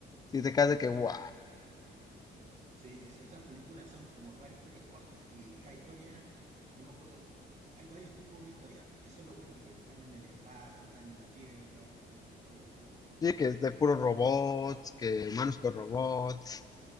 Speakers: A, on the left; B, on the right.
A: Si te quedas de que, wow,
B: Sí, es- esas películas son como varias historias cortas y cada historia, yo me acuerdo, hay varios tipos de historias. Y eso es lo bueno, que están en el espacio, están en la tierra, hay de todo tipo de cuentos.
A: sí, que es
B: Muy
A: de
B: bueno,
A: puros robots, que
B: y de robo.
A: humanos con robots.